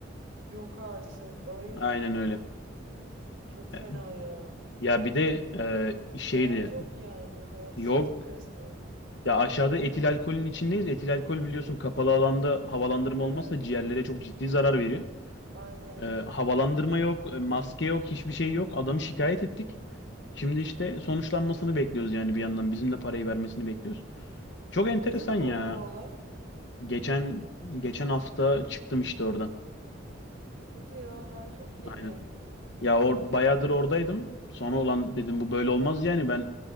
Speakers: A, on the right; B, on the left.
A: Yok artık. Ay
B: Aynen öyle.
A: çok fena
B: E,
A: ya.
B: Ya bir de e, şeydi
A: Hayat yok yani. Hayatsızlık
B: yok
A: resmen.
B: ya aşağıda etil alkolün içindeyiz. Etil alkol biliyorsun kapalı alanda havalandırma
A: Evet.
B: olmazsa ciğerlere çok ciddi zarar veriyor.
A: Aynen.
B: E, havalandırma yok, e, maske yok, hiçbir şey yok. Adamı şikayet ettik. Şimdi işte sonuçlanmasını bekliyoruz yani bir yandan. Bizim de parayı vermesini bekliyoruz. Çok enteresan
A: Ne zaman
B: ya.
A: oldu bu olay?
B: Geçen geçen hafta çıktım işte oradan.
A: Hadi ya daha çok yeni.
B: Aynen. Ya or, bayağıdır oradaydım. Sonra olan dedim bu böyle olmaz yani ben